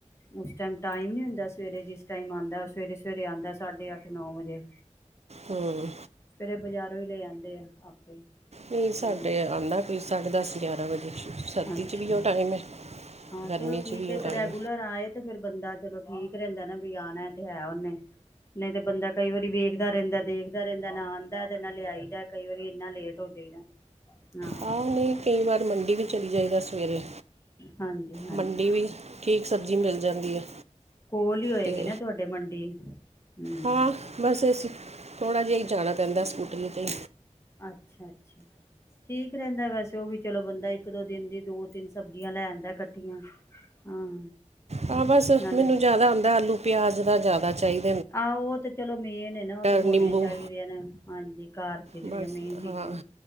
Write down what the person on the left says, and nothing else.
ਉਸ ਟਾਈਮ ਟਾਈਮ ਨੀ ਹੁੰਦਾ ਸਵੇਰੇ ਜਿਸ ਟਾਈਮ ਆਉਂਦਾ ਸਵੇਰੇ ਸਵੇਰੇਉਂਦਾ ਸਾਢੇ ਅੱਠ ਨੌ ਵਜੇ
ਫੇਿਰ ਇਹ ਬਜ਼ਾਰੋਂ ਹੀ ਲੈ ਆਦੇ ਆ ਆਪੇ
ਹਾਂ
ਅੱਛਾ
ਹਾਂ
ਚਲੋ ਠੀਕ
ਹੈ
ਇੱਕ
ਰੈਗੂਲਰ ਆਏ ਤੇ ਫਿਰ ਬੰਦਾ ਚਲੋ ਠੀਕ ਰਹਿੰਦਾ ਨਾ ਵੀ ਆਣਾ ਤੇ ਹੈ ਨੇ ਨਹੀਂ ਤੇ ਤਾਂ ਬੰਦਾ ਕਈ ਵਾਰੀ ਵੇਖਦਾ ਰਹਿੰਦਾ ਦੇਖ ਦਾ ਰਹਿੰਦਾ ਨਾ ਆਉਂਦਾ ਤੇ ਨਾ ਲਿਆਈਦਾ ਕਈ ਵਾਰੀ ਇੰਨਾ ਲੇਟ ਹੋ ਜਾਈਦਾ ਹਾਂ
ਹਾਂਜੀ ਹਾਂਜੀ
ਕੋਲ ਹੀ ਹੋਏਗੀ
ਨਾ ਤੁਹਾਡੇ ਮੰਡੀ ਹਮ
ਅੱਛਾ ਅੱਛਾ ਠੀਕ ਰਹਿੰਦਾ ਵੈਸੇ ਉਹ ਵੀ ਚਲੋ ਬੰਦਾ ਇੱਕ ਦੋ ਦਿਨ ਦੀ ਦੋ ਤਿੰਨ ਸਬਜ਼ੀਆਂ ਲੈਣਦਾ ਇਕੱਠੀਆਂ ਹਾਂ
ਨਾਲੇ
ਆਹੋ ਉਹ ਤੇ ਚਲੋ ਮੇਨ ਨੇ ਨਾ ਉਹ ਤੇ ਹੋਣੇ
ਚਾਹੀਦੇ ਆ ਨਾ ਹਾਂਜੀ ਘਰ ਇਥੇ ਜਿਹੜੀਆਂ
ਮੇਨ ਚੀਜ਼ਾਂ